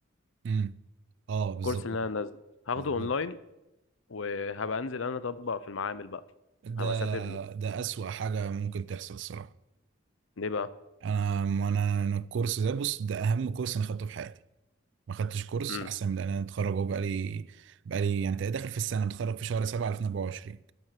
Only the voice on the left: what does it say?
الكورس اللي
انا نازله هاخده
اونلاين وهبقى انزل انا اطبق في المعامل بقى
هبقى اسافر له
ليه بقى
امم